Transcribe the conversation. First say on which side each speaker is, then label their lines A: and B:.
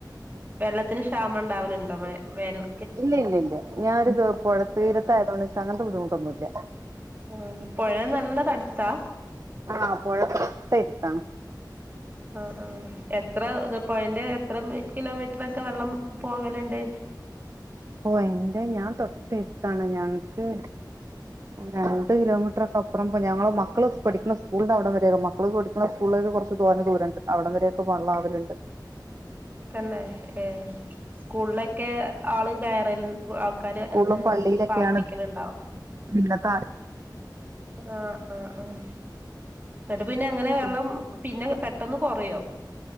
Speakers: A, on the right; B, on the right.
A: വെള്ളത്തിന് ക്ഷാമം ഇണ്ടാവല്ണ്ടോ മഴ വേനൽ
B: ഇല്ല ഇല്ല ഇല്ല ഞാനൊരു പുഴത്തീരത്തായതോണ്ട്
A: ആഹ്
B: ഇൻക്ക് അങ്ങൻത്തെ ബുദ്ധിമുട്ടൊന്നുല്ല.
A: ആഹ് പൊഴ നല്ല തട്ത്താ
B: ആഹ് പൊഴ തൊട്ടെര്ത്താണ്.
A: ആഹ് ആഹ് എത്ര പൊയൻ്റെ എത്ര കിലോമീറ്റർ ഒക്കെ വെള്ളം പോവല്ണ്ട്.
B: പൊയെന്റെ ഞാൻ തൊട്ട എര്ത്താണ് ഞങ്ങക്ക് ഒര ട്ട് കിലോമീറ്റർക്കെ അപ്പൊറം ഞങ്ങളെ മക്കള് പഠിക്ക്ണ സ്കൂള്ൻ്റെ അവ്ടെം വരെ മക്കള് പഠിക്ക്ണ സ്കൂള് കൊർച്ച് തോനെ ദൂരണ്ട് അവിടം വരെയൊക്കെ വള്ളാവല്ണ്ട്.
A: തന്നെ ഏ സ്കൂളിലൊക്കെ ആള് കയറല് ആൾക്കാര്
B: സ്കൂളും
A: എന്ന്
B: പള്ളിയിലൊക്കെയാണ്
A: പാർപ്പിക്കലുണ്ടാ?
B: പിന്നത്തെ
A: ആഹ് ആഹ് ആഹ് ഇന്നട്ട് പിന്നെ അങ്ങനെ
B: ആശുപത്രി.
A: വെള്ളം പിന്നെ പെട്ടെന്ന് കൊറ്യാേ?